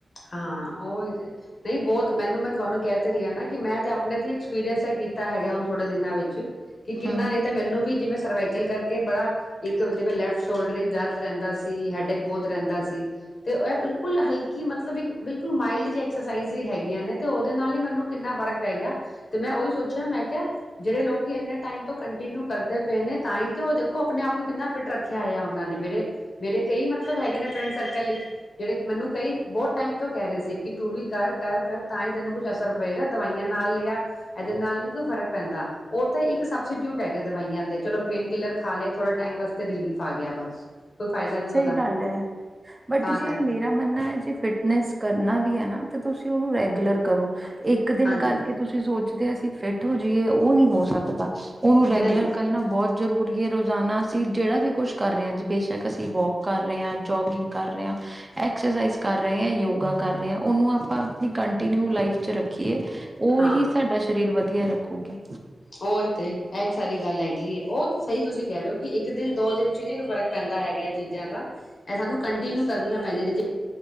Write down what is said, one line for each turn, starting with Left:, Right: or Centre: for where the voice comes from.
Left: ਹਾਂ ਉਹੀ ਤੇ ਨਹੀਂ ਬਹੁਤ ਮੈਨੂੰ ਮੈਂ ਤੁਹਾਨੂੰ ਕਹਿ ਦ ਰਹੀ ਹਾਂ ਨਾ ਕਿ ਮੈਂ ਤੇ ਆਪਣੇ ਤੇ ਐਕਸਪੀਰੀਅੰਸ ਕੀਤਾ ਹੈਗਾ ਹ ਥੋੜੇ ਦਿਨਾਂ ਵਿੱਚ ਕਿ ਕਿੰਨਾ
Right: ਹਮ
Left: ਨ ਤੇ ਮੈਨੂੰ ਵੀ ਜਿਵੇਂ <unintelligible> ਨਲ ਕਰਕੇ ਬੜਾ ਇੱਕ ਲੈਫਟ ਸ਼ੋਲਡਰ ਦਰਦ ਰਹਿੰਦਾ ਸੀ ਹੈਡੇਕ ਬਹੁਤ ਰਹਿੰਦਾ ਸੀ ਤੇ ਇਹ ਬਿਲਕੁਲ ਹਲਕੀ ਮਲਬ ਮਤਲਬ ਇੱਕ ਬਿਲਕੁਲ ਮਾਈਲਡ ਜਿ ਐਕਸਰਸਾਈਜ਼ ਵੀ ਹੈਗੀ ਨੇ ਤੇ ਉਹਦੇ ਨਾਲ ਹੀ ਮੈਨੂੰ ਕਿੰਨਾ ਫਰਕ ਪੈ ਗਿਆ ਤੇ ਮੈਂ ਉਹੀ ਸੋਚਿਆ ਮੈਂ ਜਿਹੜੇ ਲੋਕੀ ਇੰਨੇ ਟਾਈਮ ਤੋਂ ਕੰਟੀਨਿਊ ਕਰਦੇ ਪਏ ਨੇ ਤਾਂ ਹੀ ਤੇ ਉਹ ਦੇਖੋ ਆਪਣੇ ਆਪ ਨੂੰ ਕਿੰਨਾ ਫਿਟ ਰੱਖਿਆ ਹੋਇ ਉਹਨਾਂ ਨੇ ਮੇਰੇ ਮੇਰੇ ਕਈ ਮਤਲਬ ਹੈਗੇ ਨੇ ਫਰੈਂਡ ਸਰਕਲ ਵਿੱਚ ਜਿਹੜੇ ਮੈਨੂੰ ਕਈ ਬਹੁਤ ਟਾਈਮ ਤੋਂ ਕਹਿ ਰਹੇ ਸੀ ਕਿ ਤੂੰ ਵੀ ਕਰ ਕਰ ਕਰ ਤਾਂ ਹੀ ਤੈਨੂੰ ਕੁੱਛ ਅਸਰ ਪਏਗਾ ਦਵਾਈਆਂ ਨਾਲ ਲਿਆ ਇਹਦੇ ਨਾਲ ਨਹੀਂੀ ਕੋਈ ਫਰਕ ਪੈਂਦਾ ਉਹ ਤਾਂ ਇੱਕ ਸਬਸਟੀਟਿਊਟ ਹੈਗਾ ਦਵਾਈਆਂ ਤੇ ਚਲੋ ਪੇਨ ਕਿਲਰ ਖਾ ਲਏ ਥੋੜਾ ਟਾਈਮ ਵਾਸਤੇ ਰਿਲੀਫ ਆ ਗਿਆ ਬਸ ਕੋਈ ਫਾਇਦਾ ਨੀ
Right: ਸਹੀ
Left: ਉਹਦਾ
Right: ਗੱਲ ਹੈ ਬਟ
Left: ਤਾਂ
Right: ਜੇ
Left: ਕਰਕੇ
Right: ਮੇਰਾ ਮੰਨਣਾ ਹੈ ਜੇ ਫਿਟ ਫਿਨਸ ਕਰਨਾ ਵੀ ਹੈ ਨਾ ਤਾਂ ਤੁਸੀਂ ਉਹਨੂੰ ਰੈਗੂਲਰ ਕਰੋ ਇੱਕ ਦਿਨ
Left: ਹਾਂਜੀ
Right: ਕਰਕੇ ਤੁਸੀਂ ਸੋਚਦੇਸੀ ਫਿੱਟ ਹੋ ਜਾਈਏ ਉਹ ਨਹੀਂੀ ਹੋ ਸਕਦਾ ਉਹਨੂੰ ਰੈਗੂਲਰ
Left: ਨਹੀਂ
Right: ਕਰਨਾ ਬਹੁਤ ਜ਼ਰੂਰੀਏ ਰੋਜ਼ਾਨਾ ਅਸੀਂ ਜਿਹੜਾ ਵੀ ਕੁਛ ਕਰ ਰਹੇ ਹਾਂ ਅੱ ਬੇਸ਼ੱਕ ਜ ਅਸੀਂ ਵੋਕ ਕਰ ਰਹੇ ਹਾਂ ਜੋਗਿੰਗ ਕਰ ਰਹੇ ਹਾਂ ਐਕਸਰਸਾਈਜ਼ ਕਰ ਰਹੇ ਹ ਯੋਗਾ ਕਰ ਰਹੇ ਹਾਂ ਉਹਨੂੰ ਆਪਾਂ ਆਪਣੀ ਕੰਟੀਨਿਊ ਲਾਈਫ ਚ ਰੱਖੀਏ ਉਹੀ
Left: ਹਾਂ
Right: ਸਾਡਾ ਸਰੀਰ ਵਧਆ ਵਧੀਆ ਰੱਖੋਗੇ
Left: ਉਹੀ ਤੇ ਇਹ ਸਾਰੀ ਗੱਲ ਹੈਗੀ ਉਹ ਸਹੀ ਤੁਸੀਂ ਕਹਿ ਰਹੇ ਹੋ ਕਿ ਇੱਕ ਦਿਨ ਦੋ ਦਿਨ ਚ ਹੀ ਨਹੀਂ ਕੋਈ ਫ਼ਰਕ ਪੈਂਦਾ ਹੈਗਾ ਚੀਜ਼ਾਂ ਦਾ ਇਹ ਸਾਨੂੰ ਕੰਟੀਨਿਊ ਕਰਨੀਆਂ ਪੈਂਦੀਆਂ ਨੇ